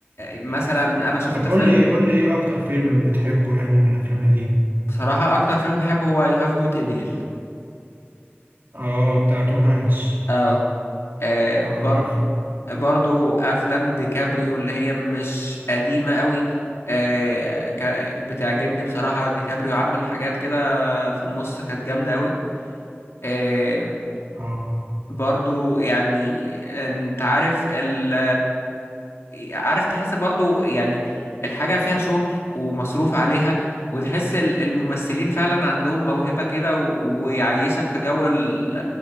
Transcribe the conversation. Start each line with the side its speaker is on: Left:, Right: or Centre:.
Left: مثلا انا شفت
Right: طب قول
Left: فيلم
Right: لي قول لي ايه اكتر فيلم بتحبه يعني من الافلام القديمة
Left: بصراحة اكتر فيلم بحبه هو يو هاف جوت ايميل
Right: اه بتاع توم هانكس
Left: اه آه،
Right: اه
Left: برضو
Right: عارفه
Left: برضو افلام ديكابريو اللي هي مش قديمة قوي آه، كا- بتعجبني بصراحة ديكابريو عمل حاجات كده في النص كانت جامدة قوي آه،
Right: اه
Left: برضو يعني انت عارف ال عارف تحس برضو يعني الحاجة فيها شغل ومصروف عليها وتحس ال- الممثلين فعلا عندهم موهبة كده و- ويعيشك في جو ال-